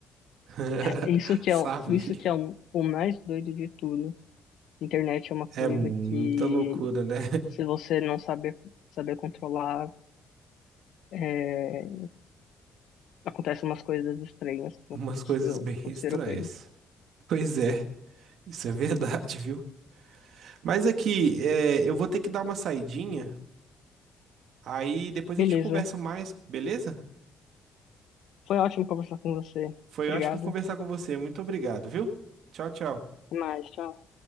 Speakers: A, on the right (about 75°); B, on the left (about 75°).
A: <laughs>
B: Isso que
A: Sabia.
B: é, o- isso que é o, o mais doido de tudo. Internet é uma coisa
A: É muita
B: que,
A: loucura, né?
B: se você não saber, saber controlar, é, acontecem umas coisas estranhas,
A: <laughs>
B: como
A: Umas
B: aconteceu,
A: coisas bem
B: aconteceram
A: <laughs> estranhas.
B: com eles.
A: Pois é, isso é verdade, viu? Mas aqui, é, eu vou ter que dar uma saidinha. Aí depois
B: Beleza.
A: a gente conversa mais, beleza?
B: Foi ótimo conversar com você.
A: Foi
B: Obrigado.
A: ótimo conversar com você. Muito obrigado, viu? Tchau, tchau.
B: Até mais. Tchau.